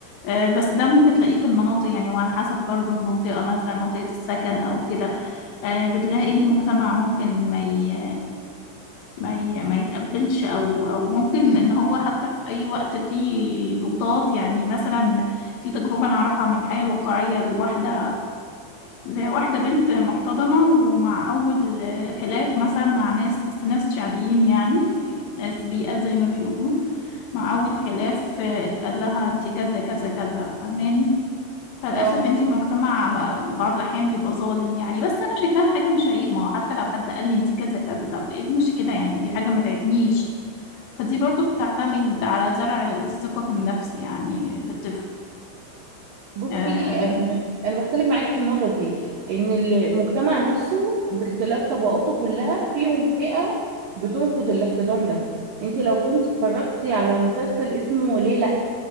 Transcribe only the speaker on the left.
آه، بس ده ممكن تلاقيه في المناطق يعني وعلى حسب برضو المنطقة مثلا منطقة السكن أو كده آه، بتلاقي المجتمع ممكن ما ي... ما ي... ما يتقبلش او او ممكن ان هو حتى في اي وقت فيه ضغوطات يعني مثلا في تجربه انا اعرفها من الحياه الواقعيه لواحده لواحده بنت محتضنه ومع اول خلاف مثلا مع ناس بس ناس شعبيين يعني ناس بيئه زي ما بيقولوا مع اول خلاف اتقال لها انت كذا كذا كذا فاهماني فللأسف
انتي في مجتمع م- بعض الأحيان بيبقى ظالم يعني بس أنا شايفاها حاجة مش عيب ما هو حتى لو حد قال لي انتي كذا كذا طب ايه المشكلة يعني دي حاجة ما تعبنيش فدي برضو بتعتمد على زرع الثقة في النفس يعني في الطفل
آه